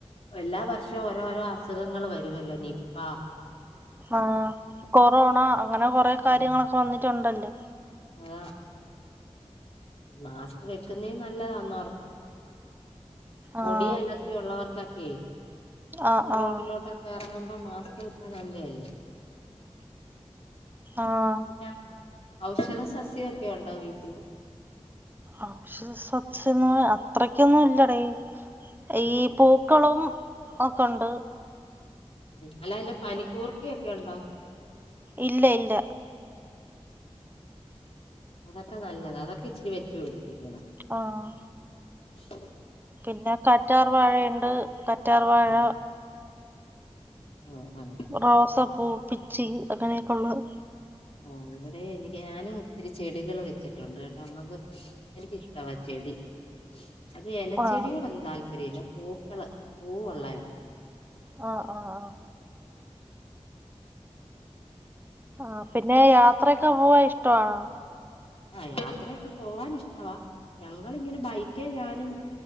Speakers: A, on the left; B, on the right.
A: എല്ലാ വർഷവും ഓരോരോ അസുഖങ്ങൾ വരുവല്ലോ നിപ്പാ-
B: ആഹ് കൊറോണ അങ്ങനെ കൊറെ
A: ഉം,
B: കാര്യങ്ങളൊക്കെ വന്നിട്ട് - ഒണ്ടല്ലോ
A: അതാ മാസ്ക് വെക്കുന്നേ നല്ലതാ ഒന്ന് ഓർത്ത പൊടി
B: ആഹ്
A: അലർജി ഉള്ളവർക്കൊക്കെ
B: ആഹ്
A: റോഡിലോട്ടൊക്കെ-
B: ആഹ്
A: അതാവുമ്പോ മാസ്ക് വെച്ചാ നല്ലതല്ലേ
B: ആഹ്‌
A: പിന്നെ ഔഷധ സസ്യക്കെഒണ്ടോ വീട്ടിൽ
B: ഔഷധ സസ്യങ്ങൾ അത്രക്കൊന്നും ഇല്ലടി ഈ പൂക്കളും ഒക്കെ ഒണ്ട്
A: അല്ലല്ല പനിക്കൂർകയൊക്കെണ്ടോ
B: ഇല്ല ഇല്ല
A: അതൊക്കെ നല്ലതാ അതൊക്കെ ഇച്ചിരി വെച്ച് പിടിപ്പിക്കണം
B: ആഹ്‌
A: ശ്
B: പിന്നെ കാറ്റാർവാഴയ്ണ്ട് കറ്റാർവാഴ
A: ഉം, ആ, ആ.
B: റോസപ്പൂ പിച്ചി അങ്ങനെയൊക്കെയുള്ളത്
A: ആഹ് ഇവടെ എനിക്ക് ഞാനും ഒത്തിരി ചെടികള് വെച്ചിട്ടുണ്ട് കെ നമ്മക്ക് എനിക്കിഷ്ടവാ ചെടി അത് എലച്ചെടിയോടൊന്ന്
B: ആഹ്
A: താല്പര്യല്ല പൂക്കള് പൂവുള്ളെ
B: അഹ് ആഹ് ആഹ് ആഹ് പിന്നെ യാത്രയൊക്കെ പോവാൻ ഇഷ്ട്ട്വാണോ
A: ആഹ് യാത്രൊക്കെ പോവാൻ ഇഷ്ടവാ ഞങ്ങളിങ്ങനെ ബൈക്കേ ഞാനും